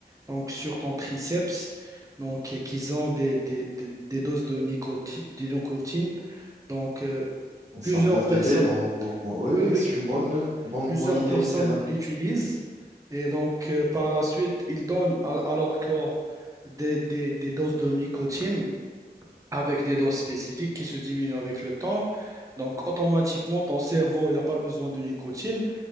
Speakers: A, on the right (about 20°); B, on the right (about 45°).
A: donc sur ton triceps, donc et qu'ils ont des, des, des, des doses de nicotine, de nicotine. Donc euh,
B: ça
A: plusieurs
B: peut t'aider
A: personnes,
B: dans pour. Ouais,
A: oui,
B: ouais,
A: oui,
B: c'est une bonne, bonne,
A: plusieurs
B: bonne idée,
A: personnes
B: celle-là,
A: l'utilisent et donc euh, par la suite, ils donnent à, à leur corps des, des, des doses de nicotine avec des doses spécifiques qui se diminuent avec le temps. Donc, automatiquement, ton cerveau, il n'a pas besoin de nicotine.